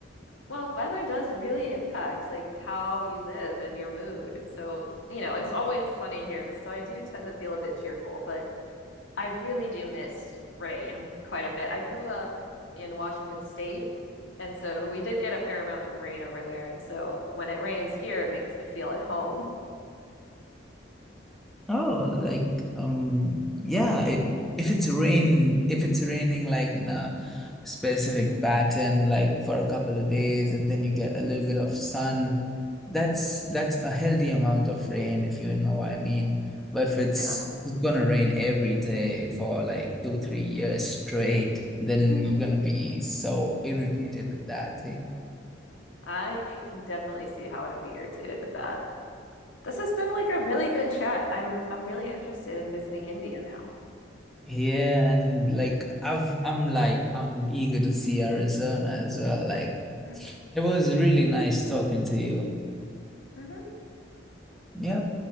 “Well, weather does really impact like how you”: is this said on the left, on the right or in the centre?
Left